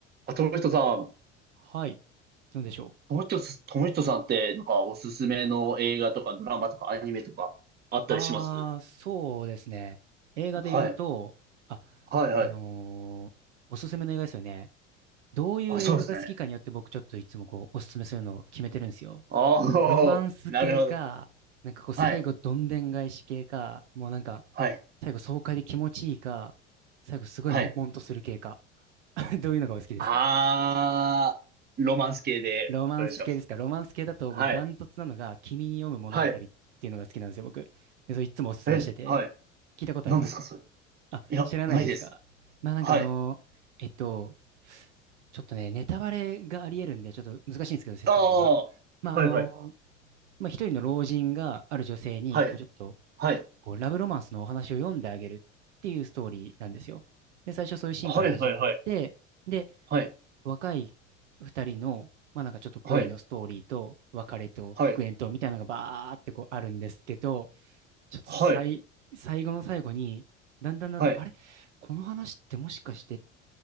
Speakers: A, on the right (about 25°); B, on the right (about 65°).
A: あ、友人さん、
B: はい。なんでしょ
A: 友人さん、友人さんって、なんか、おすすめの映画とか、ドラマとか、アニメとか、あったりします
B: う。ああ、そうですね。映画で言うと、
A: はい。
B: あ、
A: はい、はい。
B: あのーおすすめの映画ですよね。どういう映画が好きかによって僕ちょっといつもこう、
A: あ、そうですね。
B: おすすめするのを決めてるんですよ。
A: ああ、
B: ロマンス系か、
A: <laughs> なるほど。
B: なんかこう、
A: はい、
B: 最後どんでん返し系か、もうなんか、
A: はい、
B: 最後爽快で気持ちいいか、最後すごい悶々とする系か。
A: はい。
B: <laughs> どういうのがお好きですか
A: ああ、ロマンス系で、
B: ロマンス系ですかロマンス系だともうダントツなのが、
A: お願いします。はい、
B: 君に読む物語っていうのが好きなんですよ、
A: はい。
B: 僕。で、それいつもおすすめしてて。
A: え、はい。
B: 聞いたことあります
A: 何ですか、それ。
B: あ、
A: いや、
B: 知らないですかまあなんかあの、
A: ないです。はい。
B: えっと、ちょっとね、ネタバレがあり得るんで、ちょっと難しいんですけど、説明が。
A: ああ、は
B: まああの、
A: い、はい、
B: まあ一人の老人がある女性に、
A: はい、
B: こうちょっと、
A: はい、
B: こうラブロマンスのお話を読んであげるっていうストーリーなんですよ。で、最初そういうシーンから始まって、
A: はい、はい、
B: で、
A: はい、
B: 若い二人の、まあなんかちょっと恋のストーリーと、
A: はい、
B: 別れと復縁と、
A: はい、
B: みたいなのがバーってこうあるんですけど、ちょっと最、
A: はい、はい。
B: 最後の最後に、だんだんだんだん、
A: はい
B: あれこの話ってもしかしてっ